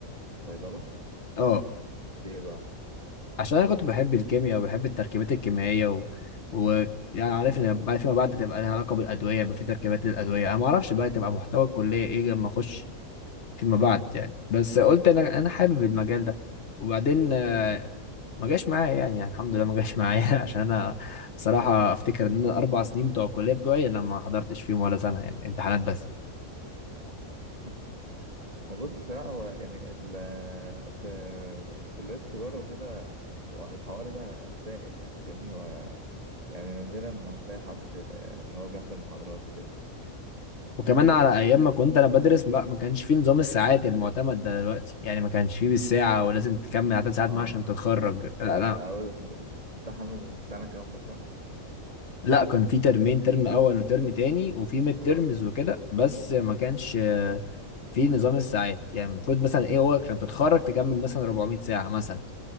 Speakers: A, on the right; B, on the left.
A: صيدلة
B: اه
A: ليه بقى
B: عشان انا كنت بحب الكيمياء وبحب التركيبات الكيميائية و... و... يعني عارف ان بعد فيما بعد تبقى لها علاقة بالادوية يبقى في تركيبات للادوية انا ما اعرفش بقى تبقى محتوى الكلية ايه لما اخش فيما
A: اه
B: بعد
A: آه.
B: يعني بس قلت انا انا حابب المجال ده وبعدين آه، ما جاش معايا يعني, يعني الحمد لله ما جاش معايا <laughs> عشان انا صراحة افتكر ان انا الاربع سنين بتوع الكلية بتوعي انا ما حضرتش فيهم ولا سنة يعني امتحانات بس
A: <laughs> ما بص بصراحة هو يعني ال في يعني كليات التجارة وكده والحوار ده سائد يعني فاهمني هو يعني نادرا ما هتلاقي حد آه، ان هو بيحضر محاضرات وكده
B: وكمان على ايام ما كنت انا بدرس ما ما كانش فيه نظام الساعات المعتمد ده دلوقتي يعني ما كانش فيه بالساعه ولازم تكمل عدد ساعات
A: اه
B: ما عشان
A: اه
B: تتخرج
A: فاهم
B: لا
A: آه،
B: لا
A: اقول لك انت كنت بتمتحن سنة كاملة صح
B: لا كان في ترمين ترم اول وترم تاني وفي ميد
A: يا
B: ترمز
A: راجل
B: وكده بس ما كانش آه، في نظام الساعات يعني المفروض مثلا ايه هو عشان تتخرج تكمل مثلا 400 ساعة مثلا